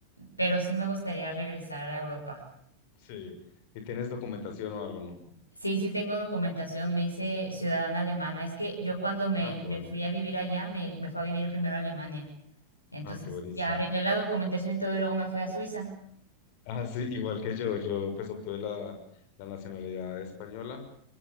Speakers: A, on the left; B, on the left.
A: pero sí me gustaría regresar a Europa.
B: Sí. ¿Y tienes documentación o algo, no?
A: Sí, sí tengo documentación, me hice ciudadana alemana. Es que yo cuando me,
B: Ah, qué
A: me
B: bueno.
A: fui a vivir allá, me, me fui a vivir primero a Alemania. Entonces
B: Ah, qué buenísimo.
A: ya arreglé la documentación y todo y luego me fui a Suiza.
B: Ah, sí, igual que yo, yo pues obtuve la, la nacionalidad española,